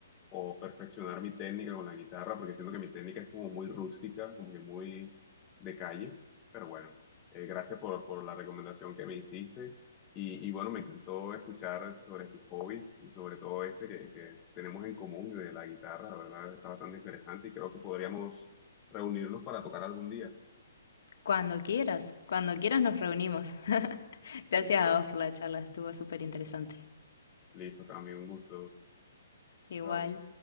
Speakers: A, on the left; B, on the left.
A: o perfeccionar mi técnica con la guitarra, porque siento que mi técnica es como muy rústica, como que muy de calle. Pero bueno, eh, gracias por, por la recomendación que me hiciste. Y, y bueno, me encantó escuchar sobre tus hobbies y sobre todo este que, que tenemos en común de la guitarra, la verdad está bastante interesante y creo que podríamos reunirnos para tocar algún día.
B: Cuando quieras, cuando quieras nos reunimos. <laughs> Gracias
A: Listo,
B: a vos por la charla, estuvo súper interesante.
A: listo, Cami, un gusto.
B: Igual.
A: Chao.